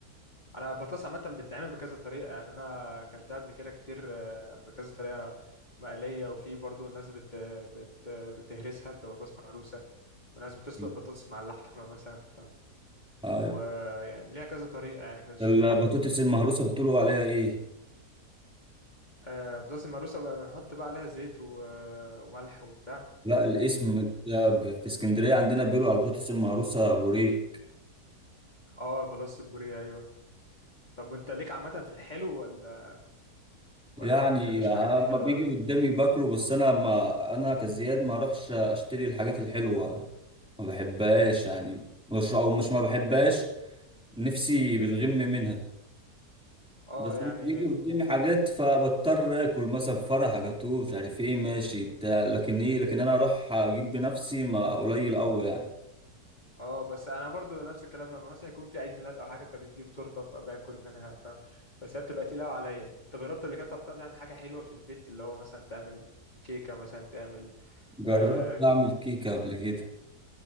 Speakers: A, on the left; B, in the centre.
A: انا البطاطس عامة بتتعمل بكذا طريقة يعني انا اكلتها قبل كده كتير آه، بكذا طريقة مقلية وفي برضو الناس بت... بت... بتهرسها بتبقى بطاطس مهروسة وناس بتسلق
B: مم.
A: بطاطس مع اللحمة مثلا فاهم
B: ايوه
A: ويعني ليها كذا طريقة يعني كذا شكل
B: البطوطس المهروسة بتقولوا عليها ايه
A: آه، البطاطس المهروسة بقى بنحط بقى عليها زيت و... وملح وبتاع
B: لا الاسم بتاع- في اسكندرية عندنا بيقولوا على البطوطس المهروسة بوريك
A: اه البطاطس البوريه ايوه طب وانت ليك عامه في الحلو ولا
B: يعني
A: ولا ما بتحبش
B: اما
A: حاجات الحلوه
B: بيجي
A: قوي
B: قدامي باكله بس انا ما انا كزياد ما اروحش اشتري الحاجات الحلوه ما بحبهاش يعني مش او مش ما بحبهاش نفسي بتغم منها
A: اه
B: بس
A: يعني
B: لما بيجي قدامي حاجات فبضطر اكل مثلا فرح جاتوه مش عارف ايه ماشي بتاع لكن ايه لكن انا اروح اجيب بنفسي ما قليل قوي يعني
A: اه بس انا برضو نفس الكلام لما مثلا يكون في عيد ميلاد او حاجه فبنجيب تورته فباكل منها فاهم بس هي بتبقى تقيله قوي عليا انت جربت قبل كده طب بتعرف تعمل حاجه حلوه في البيت اللي هو مثلا تعمل كيكه مثلا تعمل
B: جربت
A: اه,
B: اعمل كيكه قبل كده